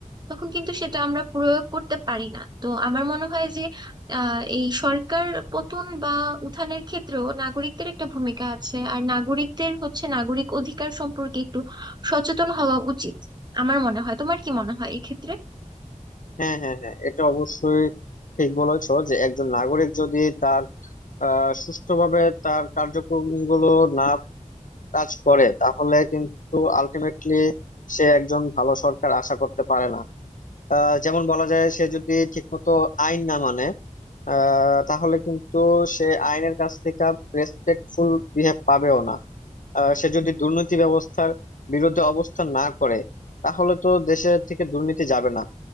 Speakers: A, on the right; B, on the left.
A: তখন কিন্তু সেটা আমরা প্রয়োগ করতে পারি না তো আমার মনে হয় যে আহ, এই সরকার পতন বা উত্থানের ক্ষেত্রেও নাগরিকদের একটা ভূমিকা আছে আর নাগরিকদের হচ্ছে নাগরিক অধিকার সম্পর্কে একটু সচেতন হওয়া উচিত আমার মনে হয় তোমার কি মনে হয় এক্ষেত্রে
B: হ্যাঁ হ্যাঁ হ্যাঁ এটা অবশ্যই ঠিক বলেছো যে একজন নাগরিক যদি তার আহ, সুষ্ঠুভাবে তার কার্যক্রমগুলো না কাজ করে তাহলে কিন্তু আলটিমেটলি সে একজন ভালো সরকার আশা করতে পারে না আহ, যেমন বলা যায় সে যদি ঠিকমতো আইন না মানে আহ, তাহলে কিন্তু সে আইনের কাছ থেকে রেসপেক্টফুল বিহেভ পাবেও না আহ, সে যদি দুর্নীতি ব্যবস্থার বিরুদ্ধে অবস্থান না করে তাহলে তো দেশের থেকে দুর্নীতি যাবে না